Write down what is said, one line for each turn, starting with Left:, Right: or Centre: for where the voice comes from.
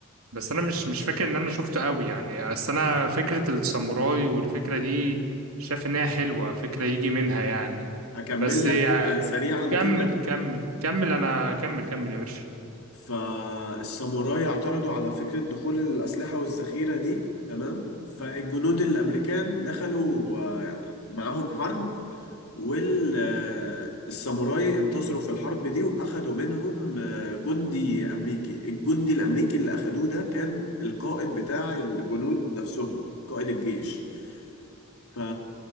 Right: بس أنا مش مش فاكر إن أنا شفته قوي يعني بس أنا فكرة الساموراي والفكرة دي شايف إنها حلوة فكرة يجي منها يعني
Left: هكمل
Right: بس
Left: لك آه، سريعا
Right: كمل
Left: كده
Right: كمل كمل انا كمل كمل يا باشا
Left: فالساموراي اعترضوا على فكرة دخول الأسلحة والذخيرة دي تمام فالجنود الأمريكان دخلوا آه، معاهم حرب والساموراي انتصروا في الحرب دي وأخدوا منهم آه، جندي أمريكي الجندي الأمريكي اللي أخدوه ده كان القائد بتاع الجنود نفسهم قائد الجيش ف